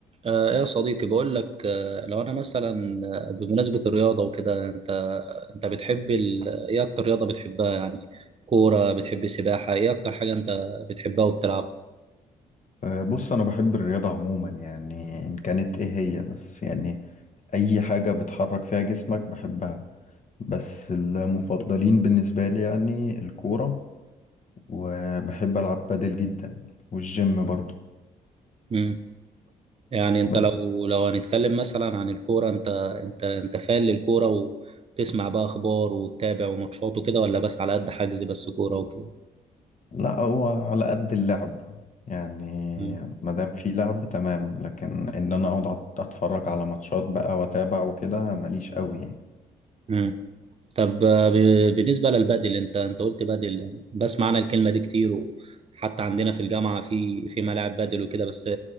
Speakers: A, on the right (about 30°); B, on the left (about 40°).
A: آه، ايه يا صديقي بقول لك آه، لو انا مثلا آه، بمناسبة الرياضة وكده انت انت بتحب ال... ايه اكتر رياضة بتحبها يعني كورة بتحب سباحة ايه اكتر حاجة انت بتحبها وبتلعب
B: أه، بص انا بحب الرياضة عموما يعني ان كانت ايه هي بس يعني اي حاجة بتحرك فيها جسمك بحبها بس المفضلين بالنسبة لي يعني الكورة وبحب العب بادل جدا والجيم برضو
A: مم. يعني انت
B: بس
A: لو لو هنتكلم مثلا عن الكورة انت انت انت فان للكورة وتسمع بقى اخبار وتتابع وماتشات وكده ولا بس على قد حجز بس كورة وكده
B: لا هو على قد اللعب يعني
A: مم.
B: ما دام في لعب تمام لكن ان انا اقعد أت- اتفرج على ماتشات بقى واتابع وكده ماليش قوي يعني
A: مم. طب آه، ب- بالنسبة للبادل انت انت قلت بادل بسمع انا الكلمة دي كتير وحتى عندنا في الجامعة في في ملاعب بادل وكده بس